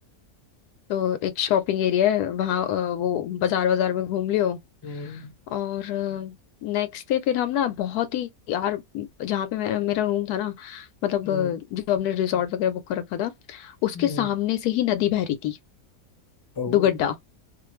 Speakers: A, on the left (about 80°); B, on the left (about 25°).
A: तो एक शॉपिंग एरिया है वहाँ अ, वो बाजार बाजार में घूम लियो
B: हम्म
A: और नेक्स्ट डे फिर हम ना बहुत ही यार जहाँ पे मेरा मेरा रूम था ना मतलब
B: हम्म
A: अ, जो हमने रिजॉर्ट वगैरह बुक कर रखा था उसके
B: हम्म
A: सामने से ही नदी बह रही थी
B: ओ
A: दुगड्डा